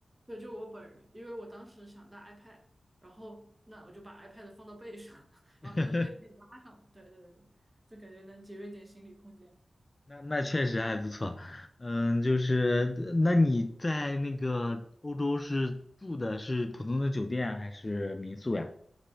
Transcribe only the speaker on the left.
<laughs>
那那确实还不错，嗯，就是那你在那个欧洲是住的是普通的酒店还是民宿呀？